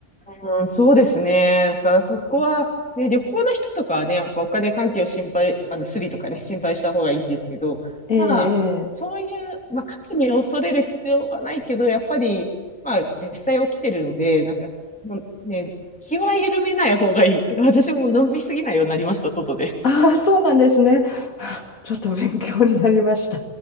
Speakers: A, in the centre; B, on the left.
A: うん、そうですね。だからそこは、
B: うん
A: ね、旅行の人とかはね、やっぱお金関係を心配、あの、スリとかね、心配した方がいいですけど、
B: ええ、
A: まあ、
B: ええ。
A: そういう、まあ、過去に恐れる必要はないけど、やっぱり、まあ、実際起きてるので、なんか、もうね、気は緩めない方がいい。<laughs> 私も飲みすぎないようになりました、外で。
B: ああ、そうなんですね。<laughs> はあちょっと勉強になりました。